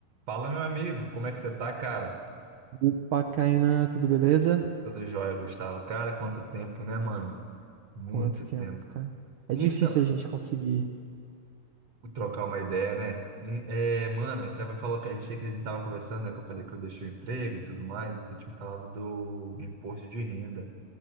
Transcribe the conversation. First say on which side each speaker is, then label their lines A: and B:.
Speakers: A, on the right; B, on the right.
A: Fala, meu amigo, como é que você tá, cara?
B: Opa, Kainan, tudo beleza?
A: Tudo jóia, Gustavo? Cara, quanto tempo, né, mano? Muito
B: Quanto tempo,
A: tempo.
B: cara? É
A: Então,
B: difícil a gente conseguir.
A: trocar uma ideia, né? E, É, mano, você falou que a gente, que a gente tava conversando, né? Que eu falei que eu deixei o emprego e tudo mais, e você tinha me falado do imposto de renda.